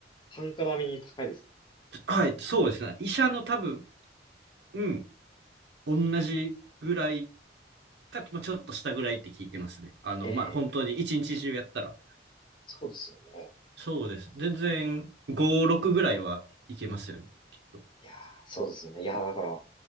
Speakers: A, on the left (about 25°); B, on the right (about 65°).
A: 単価並みに高いです。
B: はい、そうですね。医者の多分、うん、同じぐらいか、まあ、ちょっと下ぐらいって聞いてますね。あの、
A: ええ
B: まあ、本当に一日中やったら。
A: そうですよね。
B: そうです。全然、5、6ぐらいはいけますよね。きっと。
A: いやー、そうですよね。いやー、だから、